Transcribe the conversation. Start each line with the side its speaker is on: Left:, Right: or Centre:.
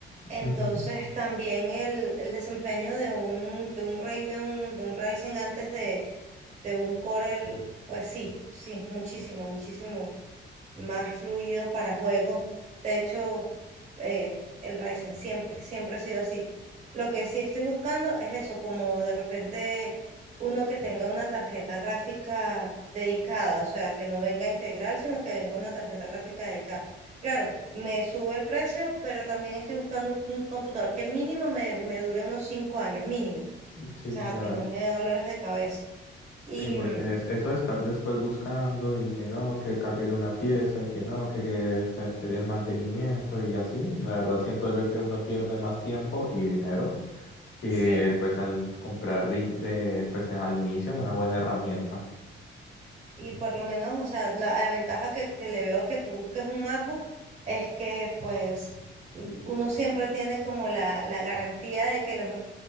Right: entonces
Left: ujú.
Right: también el, el desempeño de un, de un Radeon, de un Ryzen antes de, de un Core, el- pues sí, sí, muchísimo, muchísimo más fluido para juegos. De hecho, eh, el Ryzen siempre, siempre ha sido así. Lo que sí estoy buscando es eso, como de repente uno que tenga una tarjeta gráfica dedicada, o sea, que no venga integral, sino que venga una tarjeta gráfica dedicada. Claro, me sube el precio, pero también estoy buscando un, un computador que mínimo me, me dure unos cinco años, mínimo. O
Left: Sí,
Right: sea,
Left: claro.
Right: que no me dé dolores de cabeza. Y
Left: Sí, porque
Right: mm,
Left: es, eso de estar después buscando y que no, que cámbiale una pieza y que no, que, que se te dé el mantenimiento y así, la verdad siento yo que uno pierde más tiempo y dinero que
Right: sí,
Left: pues al comprar de, de, pues al inicio una buena herramienta.
Right: y por lo menos, o sea, la, la ventaja que, que le veo que tú busques un MacBook es que pues uno siempre tiene como la, la garantía de que los,